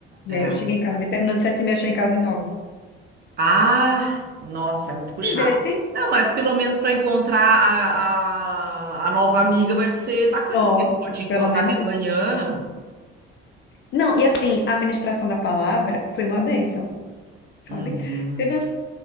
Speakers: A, on the left; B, on the right.
A: E
B: é.
A: aí eu cheguei em casa, terminou de sete e meia, eu cheguei em casa de nove.
B: Ah, nossa, é muito puxado.
A: Entendesse?
B: Não, mas pelo menos para encontrar a, a, a nova amiga vai ser bacana,
A: Nossa,
B: porque tu pode encontrar
A: pelo menos
B: de
A: isso.
B: manhã.
A: Não, e assim, a ministração da palavra foi uma bênção, sabe?
B: Uhum.
A: Teve umas-